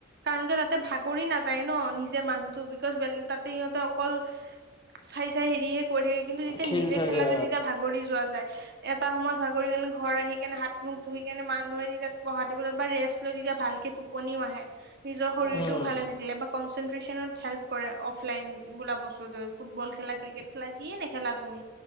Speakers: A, on the right; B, on the left.
A: কাৰণ কিয় তাতে ভাগৰি নাযায় ন? নিজে মানুহতো বিকজ তাতে সিহঁতে অকল চাই-চাই হেৰিহে কৰী থাকে কিন্তু যেতিয়া
B: খেল
A: নিজে
B: থাকে
A: খেলা যদি যোৱা যায় এটা সময়ত ভাগৰি কেনে ঘৰ আহি কেনে হাত মুখ ধুই কেনে মানুহে তেতিয়া পঢ়াত ৰেষ্ট লৈ তেতিয়া ভালকে টোপনিও আহে নিজৰ শৰীৰটোও
B: উম,
A: ভালে থাকিলে বা কনচেনট্ৰেচনত হেল্প কৰে অফলাইন বোলা বস্তুটো ফুটবল খেলা ক্ৰিকেট খেলা যিয়ে নেখেলা তুমি।